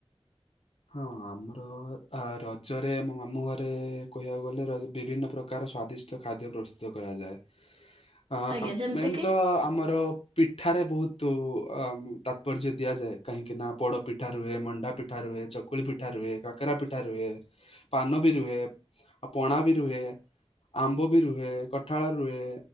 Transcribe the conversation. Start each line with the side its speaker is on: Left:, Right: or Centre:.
Left: ହଁ ଆମର ରଜରେ ଆମ ମାମୁଁ ଘରେ କହିବାକୁ ଗଲେ ର ବିଭିନ୍ନ ପ୍ରକାର ପ୍ରକାର ସ୍ଵାଦିଷ୍ଟ ଖାଦ୍ୟ ପ୍ରସ୍ତୁତ କରାଯାଏ। ଆ
Right: ଆଜ୍ଞା ଯେମିତି
Left: ମେନ୍
Right: କି
Left: ତ ଆମର ପିଠାରେ ବହୁତ ଆ ତାତ୍ପର୍ଯ୍ୟ ଦିଆଯାଏ। କାହିଁକିନା ପୋଡ଼ ପିଠା ରୁହେ, ମଣ୍ଡା ପିଠା ପିଠା ରୁହେ, ଚକୁଳି ପିଠା ରୁହେ, କାକରା ପିଠା ରୁହେ, ପାନ ବି ରୁହେ ଆଉ ପଣା ବି ରୁହେ। ଆମ୍ବ ବି ରୁହେ, କଠାଳ ରୁହେ